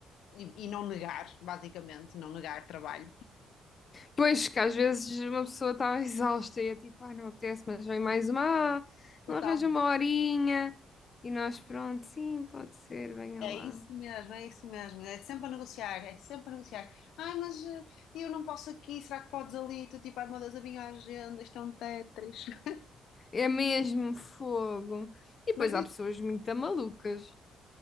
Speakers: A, on the left; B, on the left.
A: e, e não negar, basicamente, não negar trabalho.
B: Pois, que às vezes uma pessoa está <laughs> exausta e é tipo, ah, não apetece, mas vem mais uma, ah,
A: Total.
B: não arranja uma horinha. E nós, pronto, sim, pode ser, venha
A: É
B: lá.
A: isso mesmo, é isso mesmo. É sempre a negociar, é sempre a negociar. Ai, mas eh, eu não posso aqui, será que podes ali? Tu tipo, ai meu Deus, a minha agenda, isto é um Tetris. <laughs>
B: É mesmo fogo. E depois
A: Mas diz,
B: há pessoas muito malucas.